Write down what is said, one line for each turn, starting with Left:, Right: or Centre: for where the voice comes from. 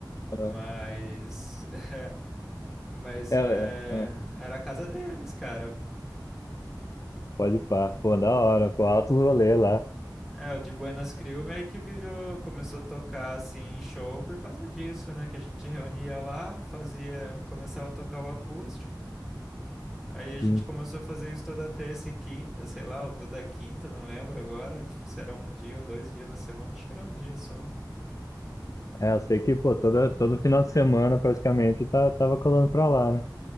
Left: Ah.
Centre: Mas, <laughs> mas
Left: É, é,
Centre: é,
Left: é.
Centre: era a casa deles, cara.
Left: Pode pá. Pô, da hora, pô, altos rolê lá.
Centre: É, o de Buenas Crew meio que virou, começou a tocar assim em show por causa disso, né? Que a gente reunia lá, fazia, começava a tocar o acústico. Aí a
Left: Sim.
Centre: gente começou a fazer isso toda terça e quinta, sei lá, ou toda quinta, não lembro agora. Tipo, se era um dia ou dois dias na semana, acho que era um dia só.
Left: É, eu sei que, pô, toda, todo final de semana praticamente tá, tava colando pra lá, né?